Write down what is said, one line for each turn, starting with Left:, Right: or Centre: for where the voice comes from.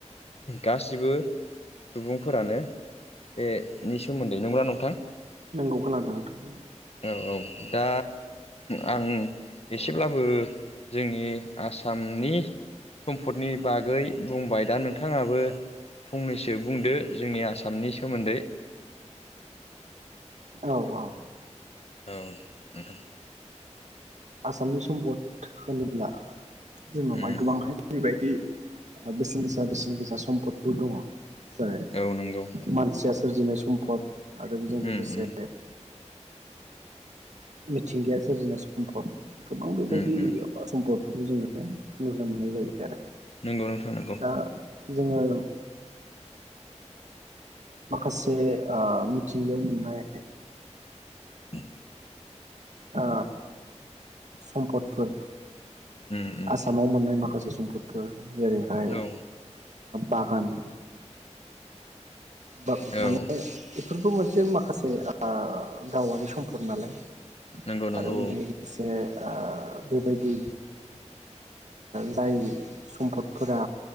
Left: गासिबो सुबुंफोरानो बेनि सोमोन्दै नंग्रा नोंथां
Right: नांगौ खोनादों नांगौ नोंथां
Left: औ औ दा आं एसेब्लाबो जोंनि आसामनि सम्फदनि बागै बुंबाय दा नोंथाङाबो फंनैसो बुंदो जोंनि आसामनि सोमोन्दै
Right: औ औ
Left: औ नोंथां
Right: आसामनि सम्पद होनोब्ला जोंनावहाय
Left: उम
Right: गोबांहाय जबायदि बेसेन गोसा बेसेन गोसा सम्पदफोर दङ जाय
Left: औ नंगौ
Right: मानसिया सोरजिनाय सम्फद आरो बेजों
Left: उम
Right: लोगोसे
Left: उम
Right: मिथिंगाया सोरजिनो सम्पल गोबां बेबायदि
Left: उम उम
Right: सम्पदफोरखौ जोङो नुनो मोननाय जायो आरो
Left: नंगौ नोंथां नंगौ
Right: दा जोङो माखासे मिथिंगायाव मोननाय
Left: <inaudible>
Right: आ समपदफोर
Left: उम उम
Right: आसामाव मोननाय माखासे सम्पदफोर जेरैहाय
Left: औ
Right: बागान बा माने
Left: औ
Right: बेफोरबो मोनसे माखासे गावारि सम्पद नालाय
Left: नंगौ नंगौ
Right: आरो बेजों लोगोसे बेबायदि जाय सम्पदफोरा